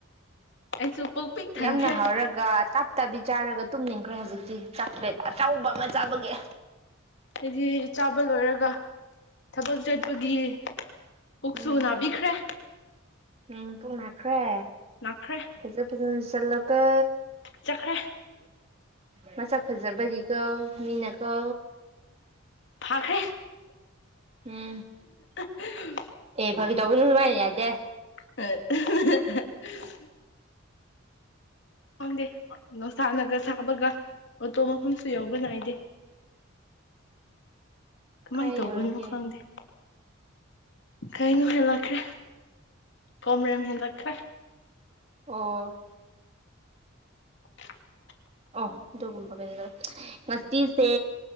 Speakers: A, on the left (about 60°); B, on the right (about 30°).
A: ꯑꯩꯁꯨ ꯄꯨꯛ ꯄꯤꯛ ꯊꯟꯈ꯭ꯔꯦ
B: ꯌꯥꯝꯅ ꯍꯥꯎꯔꯒ ꯇꯥꯞ ꯇꯕꯤ ꯆꯥꯔꯒ ꯇꯨꯝꯅꯤꯡꯈ꯭ꯔꯦ ꯍꯧꯖꯤꯛꯇꯤ ꯆꯥꯛ ꯄ꯭ꯂꯦꯠ ꯑꯆꯧꯕ ꯑꯃ ꯆꯥꯕꯒꯤ
A: ꯑꯩꯗꯤ ꯆꯥꯕ ꯂꯣꯏꯔꯒ ꯊꯕꯛ ꯆꯠꯄꯒꯤ ꯄꯨꯛꯁꯨ
B: ꯎꯝ
A: ꯅꯥꯕꯤꯈ꯭ꯔꯦ
B: ꯎꯝ ꯄꯨꯛ ꯅꯥꯈ꯭ꯔꯦ
A: ꯅꯥꯈ꯭ꯔꯦ
B: ꯐꯖ ꯐꯖꯅ ꯆꯠ ꯆꯠꯂꯣꯀꯣ
A: ꯆꯠꯈ꯭ꯔꯦ
B: ꯃꯁꯛ ꯐꯖꯕꯒꯤ ꯀꯣ ꯃꯤꯅ ꯀꯣ
A: ꯐꯥꯈ꯭ꯔꯦ
B: ꯎꯝ
A: ꯍꯥ <inaudible>
B: ꯑꯦ ꯐꯥꯒꯤ ꯇꯧꯕꯁꯨ ꯁꯃꯥꯏ ꯌꯥ ꯗꯦ
A: <inaudible> ꯈꯪꯗꯦ ꯅꯨꯡꯁꯥꯅꯒ ꯁꯥꯕꯒ ꯑꯣꯇꯣ ꯃꯐꯝꯁꯨ ꯌꯧꯕ ꯅꯥꯏꯗꯦ ꯀꯃꯥꯏ
B: ꯀꯥꯏ
A: ꯇꯧꯕꯅꯣ
B: ꯌꯧꯔꯒꯦ
A: ꯈꯪꯗꯦ ꯀꯩꯅꯣ ꯍꯦꯜꯂꯛꯈ꯭ꯔꯦ ꯀꯣꯝꯔꯦꯝ ꯍꯦꯜꯂꯛꯈ꯭ꯔꯦ
B: ꯑꯣ
A: <inaudible>
B: ꯑꯣ ꯑꯗꯨꯒꯨꯝꯕ ꯀꯩꯅꯣꯔ ꯉꯁꯤꯁꯦ